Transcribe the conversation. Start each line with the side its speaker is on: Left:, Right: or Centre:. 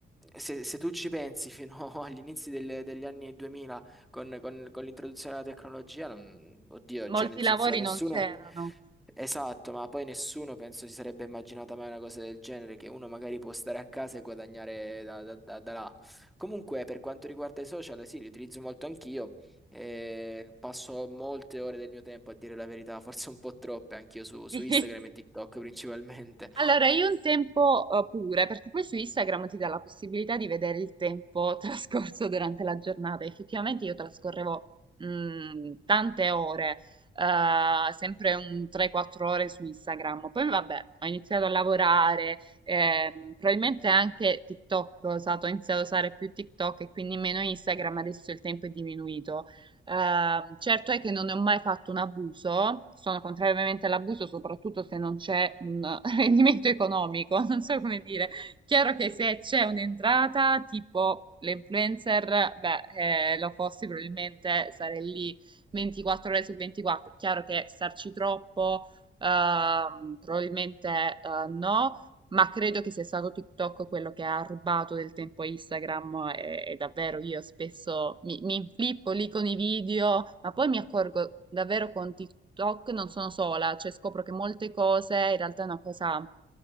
Centre: se, se tu ci pensi fino <laughs> agli inizi del- degli anni 2000 con, con- con l'introduzione della tecnologia, non- oddio,
Right: Molti
Centre: cioè nel senso
Right: lavori
Centre: nessuno,
Right: non c'erano.
Centre: esatto, ma poi nessuno penso si sarebbe immaginata mai una cosa del genere, che uno magari può stare a casa e guadagnare da, da- da- da là. Comunque per quanto riguarda i social, sì, li utilizzo molto anch'io, eh, passo molte ore del mio tempo a dire la verità, forse un po' troppe anch'io
Right: <laughs>
Centre: su, su
Right: Sì.
Centre: Instagram e TikTok principalmente.
Right: Allora, io un tempo eh, pure, perché poi su Instagram ti dà la possibilità di vedere il tempo <laughs> trascorso durante la giornata. Effettivamente io trascorrevo mm, tante ore, eh, sempre un 3-4 ore su Instagram. Poi vabbè, ho iniziato a lavorare, ehm, probabilmente anche TikTok ho usato, ho iniziato a usare più TikTok e quindi meno Instagram, adesso il tempo è diminuito. Ehm, certo è che non ne ho mai fatto un abuso, sono contrariamente all'abuso, soprattutto se non c'è un <laughs> rendimento economico, non so come dire. Chiaro che se c'è un'entrata, tipo le influencer, beh, eh, lo fossi probabilmente sarei lì 24 ore su 24. Chiaro che starci troppo, ehm, probabilmente eh, no. Ma credo che sia stato TikTok quello che ha rubato del tempo a Instagram e, e davvero io spesso mi, mi inflippo lì con i video, ma poi mi accorgo davvero con TikTok non sono sola, cioè scopro che molte cose in realtà è una cosa